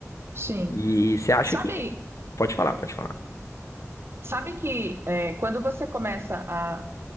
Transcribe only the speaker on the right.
Sim.
Sabe,
sabe que é, quando você começa a